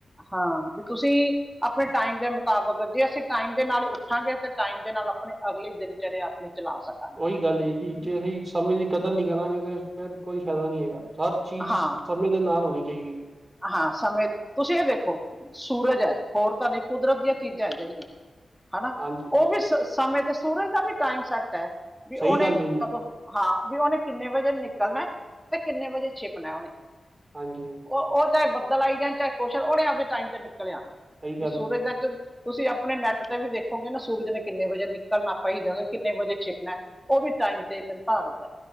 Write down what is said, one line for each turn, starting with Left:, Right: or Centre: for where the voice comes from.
Centre: ਹਾਂ, ਵੀ ਤੁਸੀਂ ਆਪਣੇ ਟਾਈਮ ਦੇ ਮੁਤਾਬਕ ਜੇ ਅਸੀਂ ਟਾਈਮ ਦੇ ਨਾਲ ਉਠਾਗੇ ਤੇ ਟਾਈਮ ਦੇ ਨਾਲ ਆਪਣੀ ਅਗਲੀ ਦਿਨ ਚੜਿਆ ਆਪਣੀ ਚਲਾ ਸਕਦੇ
Right: ਉਹੀ ਗੱਲ ਏ ਜੀ, ਜੇ ਅਸੀਂ ਸਮੇਂ ਦੀ ਕਦਰ ਨਈ ਕਰਾਂਗੇ, ਤੇ ਫੇਰ ਕੋਈ ਫਾਇਦਾ ਨੀ ਹੈਗਾ, ਹਰ ਚੀਜ਼
Centre: ਹਾਂ
Right: ਸਮੇਂ ਦੇ ਨਾਲ ਹੋਣੀ ਚਾਹੀਦੀ
Centre: ਹਾਂ ਸਮੇਂ, ਤੁਸੀਂ ਇਹ ਦੇਖੋ ਸੂਰਜ ਐ ਹੋਰ ਤਾਂ ਨਈ ਕੁਦਰਤ ਦੀਆਂ ਚੀਜ਼ਾਂ ਜਿਹੜੀਆਂ ਹਨਾ,
Right: ਹਾਂਜੀ
Centre: ਉਹ ਵੀ ਸਮੇਂ ਤੇ ਸੂਰਜ ਦਾ ਵੀ ਟਾਈਮ ਸੈੱਟ ਐ, ਵੀ ਉਹਨੇ
Right: ਸਹੀ ਗੱਲ ਹੈ ਜੀ
Centre: ਕਦੋਂ ਹਾਂ, ਵੀ ਉਹਹਨੇ ਕਿੰਨੇ ਵਜੇ ਨਿਕਲਣਾ, ਤੇ ਕਿੰਨੇ ਵਜੇ ਛਿਪਣਾ ਉਹਨੇ
Right: ਹਾਜੀ
Centre: ਉਹ-ਉਹ ਚਾਹੇ ਬੱਦਲ ਆਈ ਜਾਣ, ਚਾਹੇ ਕੁਛ ਉਹਨੇ ਆਪਦੇ ਟਾਈਮ ਤੇ ਨਿਕਲ ਆਣਾ
Right: ਸਹੀ ਗੱਲ
Centre: ਵੀ, ਸੂਰਜ
Right: ਹੈ
Centre: ਦਾ ਤੁਸੀਂ ਆਪਣੇ ਨੈੱਟ ਤੇ ਵੀ ਦੇਖੋਗੇ ਨਾ ਸੂਰਜ ਨੇ ਕਿੰਨੇ ਵਜੇ ਨਿਕਲਣਾ ਆਪਾਂ ਏਹੀ ਕਹਾਗੇ ਕਿੰਨੇ ਵਜੇ ਛਿਪਣਾ ਉਹ ਵੀ ਟਾਈਮ ਤੇ ਨਿਰਧਾਰਤ ਐ।